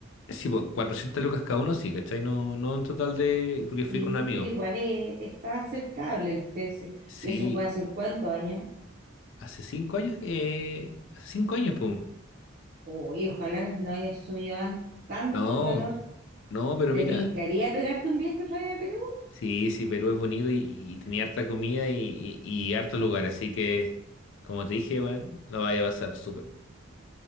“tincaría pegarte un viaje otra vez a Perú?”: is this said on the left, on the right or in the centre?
Right